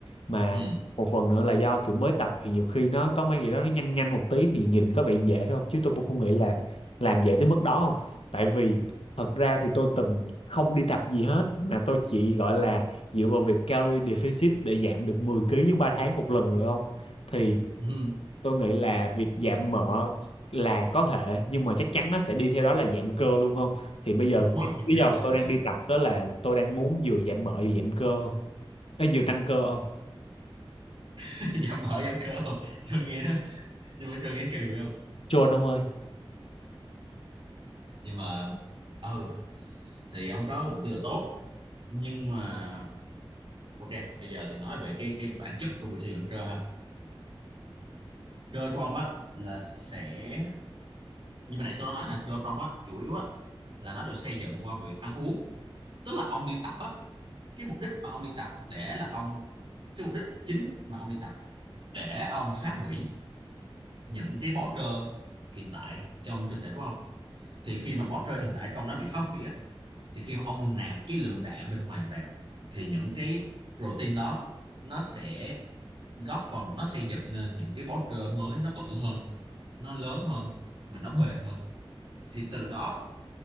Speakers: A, on the left; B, on the right.
A: mà
B: ừ,
A: một phần nữa là do kiểu mới tập thì nhiều khi nó có mấy cái đó nó nhanh nhanh một tí thì nhìn có vẻ dễ thôi không chứ tôi cũng không nghĩ là làm dễ tới mức đó không. Tại vì thật ra thì tôi từng không đi tập gì hết mà tôi chỉ gọi là dựa vào việc calorie deficit để giảm được 10 ký trong 3 tháng một lần rồi không? Thì
B: ừ.
A: tôi nghĩ là việc giảm mỡ là có thể nhưng mà chắc chắn nó sẽ đi theo đó là giảm cơ luôn không? Thì bây giờ
B: đúng rồi
A: cái
B: chắc
A: lý
B: chắn
A: do mà
B: trăm
A: tôi
B: phần
A: đang
B: trăm
A: đi tập đó là tôi đang muốn vừa giảm mỡ vừa giảm cơ không? Ê, vừa tăng cơ không?
B: <laughs> giảm mỡ giảm cơ không sao nghe nó nhưng mà Sơn nghe kỳ vậy không
A: Chôn ông ơi.
B: nhưng mà ừ thì ông có mục tiêu là tốt nhưng mà ok bây giờ thì nói về cái cái bản chất của việc xây dựng cơ ha cơ của ông á là sẽ như mà nãy tôi đã nói là Joe Rogan á chủ yếu á là nó được xây dựng qua việc ăn uống tức là ông đi tập á cái mục đích mà ông đi tập để là ông cái mục đích chính mà ông đi tập để ông phá hủy những cái bó trơ hiện tại trong cơ thể của ông thì khi mà bó trơ hiện tại trong nó bị phá hủy á thì khi mà ông nạp cái lượng đạm bên ngoài vào thì những cái protein đó nó sẽ góp phần nó xây dựng nên những cái bó trơ mới nó bự hơn nó lớn hơn và nó bền hơn thì từ đó